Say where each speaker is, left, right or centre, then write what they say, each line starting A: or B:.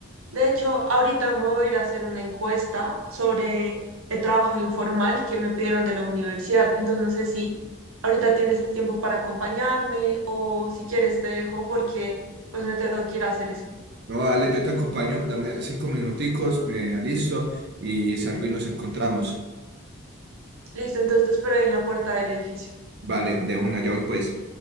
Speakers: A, on the right; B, on the right.
A: De hecho, ahorita me voy a ir a hacer una encuesta sobre el trabajo informal que me pidieron de la universidad. Entonces, no sé si ahorita tienes tiempo para acompañarme o si quieres te dejo porque pues me tengo que ir a hacer eso.
B: No, dale, yo te acompaño, dame cinco minuticos, me alisto y salgo y nos encontramos.
A: Listo, entonces te espero ahí en la puerta del edificio.
B: Vale, de una, ya voy pues.